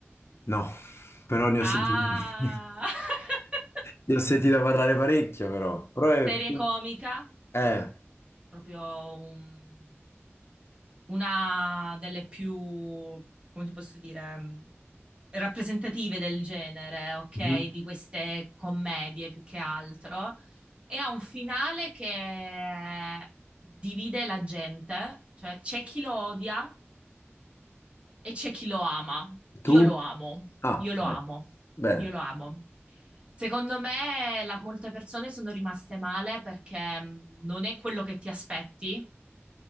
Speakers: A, on the left; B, on the right.
A: No, però ne ho
B: Ah!
A: sentito, <laughs>
B: <laughs>
A: ne ho sentito parlare parecchio, però. Però è
B: Serie
A: più-
B: comica,
A: eh.
B: proprio un- una delle più, come ti posso dire, mh, rappresentative del genere, ok?
A: Mhm.
B: Di queste commedie più che altro. E ha un finale che divide la gente, cioè c'è chi lo odia e c'è chi lo ama. Io
A: Tu?
B: lo amo,
A: Ah,
B: io lo
A: bene.
B: amo,
A: Bene.
B: io lo amo. Secondo me la- molte persone sono rimaste male perché mh, non è quello che ti aspetti